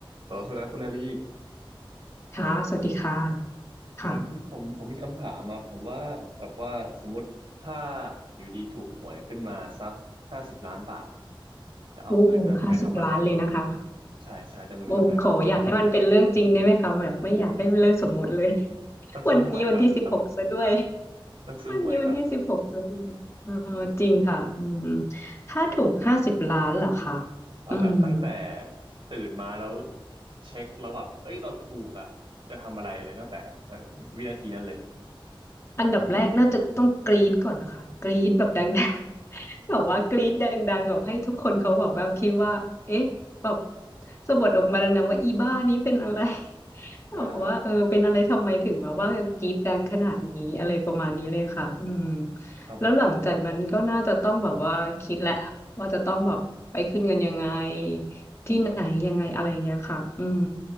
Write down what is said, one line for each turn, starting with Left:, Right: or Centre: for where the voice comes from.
Right: เหรอโทษนะคุณอาลี
Left: ค่ะสวัสดีค่ะค่ะ
Right: ผมผมผมมีคำถามมาผมว่าแบบว่าสมมติถ้าอยู่ดีถูกหวยขึ้นมาสักห้าสิบล้านบาทจะเอาเงินน่ะไปทำอะไร
Left: โอ้ห้าสิบล้านเลยนะคะ
Right: ใช่ใช่จะเอาเงินไปทำอะไรมั่ง
Left: โอ้ขออยากให้มันเป็นเรื่องจริงได้ไหมคะแบบไม่อยากให้เป็นเรื่องสมมุติเลย <laughs>
Right: ต้องซื้อหวยก่อนต้อง
Left: วันนี้วันที่สิบหกซะด้วย
Right: <laughs> ต้องซื้อหวยก่อน
Left: วันนี้วันที่สิบหกซะด้วยเออจริงค่ะอืมถ้าถูกห้าสิบล้านเหรอคะ
Right: เอาแบบตั้งแต่
Left: อืม
Right: ตื่นมาแล้วเช็คแล้วแบบเอ้ยเราถูกอ่ะจะทำอะไรเลยตั้งแต่วินาทีนั้นเลย
Left: อันดับแรกน่าจะต้องกรี๊ดก่อนนะคะกรี๊ดแบบดังๆ <laughs> แบบว่ากรี๊ดดังๆแบบให้ทุกคนเขาแบบว่าคิดว่าเอ๊ะแบบสะบัดออกมาดังๆว่าอีบ้านี้เป็นอะไร <laughs>
Right: อ่า
Left: แบบว่าเออเป็นอะไรทำไมถึงแบบว่ากรี๊ดดังขนาดนี้อะไรประมาณนี้เลยค่ะอืม
Right: ครับผม
Left: แล้วหลังจากนั้นก็น่าจะต้องแบบว่าคิดแหละว่าจะต้องแบบไปขึ้นเงินยังไงที่ไหนยังไงอะไรอย่างเงี้ยค่ะอืม